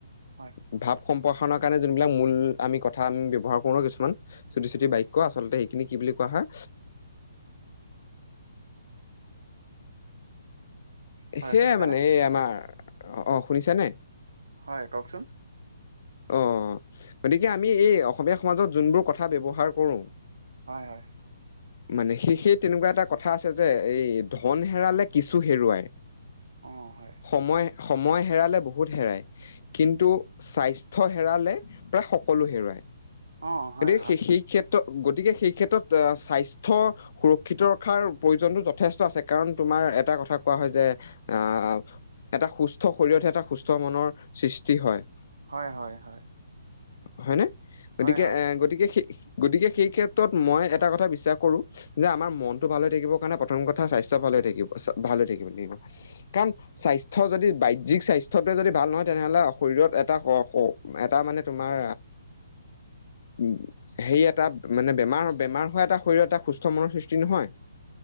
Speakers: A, on the right; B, on the left.
A: হয়
B: অভাব <unintelligible> সম্প্ৰসাৰণৰ কাৰণে যোনবিলাক মূল আমি কথা আমি ব্যৱহাৰ কৰো কিছুমান চুটি চুটি বাক্য আচলতে সেইখিনি বুলি কোৱা হয়।
A: হয়
B: সেয়
A: শুনিছেনে?
B: মানে এই আমাৰ অ', শুনিছ নে?
A: হয় কওকচোন।
B: অ', গতিকে আমি এই অসমীয়া সমাজত যোনবোৰ কথা ব্যৱহাৰ কৰোঁ
A: হয় হয়।
B: মানে সেই সেই তেনেকুৱা এটা কথা আছে যে এই ধন হেৰালে কিছু হেৰুৱাই
A: অ হয়
B: সময় সময় হেৰালে বহুত হেৰাই কিন্তু স্বাস্থ্য হেৰালে প্ৰায় সকলো হেৰুৱায়।
A: অ', হয়
B: গতিকে
A: হয়।
B: সেই সেই ক্ষেত্ৰত গতিকে সেই ক্ষেত্ৰত স্বাস্থ্য সুৰক্ষিত ৰখাৰ প্ৰয়োজনতটো যথেষ্ট আছে কাৰণ ত মাৰ এটা কথা কোৱা হয় যে আহ এটা সুস্থ শৰীৰতহে এটা সুস্থ মনৰ সৃষ্টি হয়।
A: হয় হয় হয়।
B: হয়নে, গতিকে
A: হয় হয়।
B: এ গতিকে সেই গতিকে সেই ক্ষেত্ৰত মই এটা কথা বিশ্বাস কৰো যে আমাৰ মনটো ভাল হৈ থাকিবৰ কাৰণে প্ৰথম কথা স্বাস্থ্য ভাল <unintelligible> ভাল হৈ থাকিব ৰাগিব, কাৰণ স্বাস্থ্য যদি বাহ্যিক স্বাস্থ্যটোৱে ভাল নহয় তেনেহলে শৰীৰত এটা এটা মানে তোমাৰ উম, হেৰি এটা মানে বেমাৰ বেমাৰ হোৱা এটা শৰীৰৰ এটা সুস্থ মনৰ সৃষ্টি নহয়।